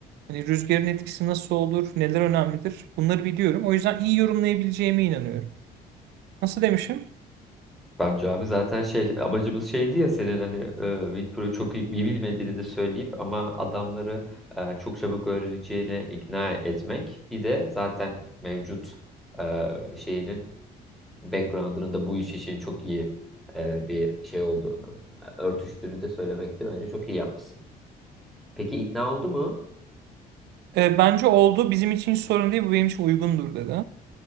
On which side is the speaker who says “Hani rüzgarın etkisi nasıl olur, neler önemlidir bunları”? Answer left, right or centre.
Right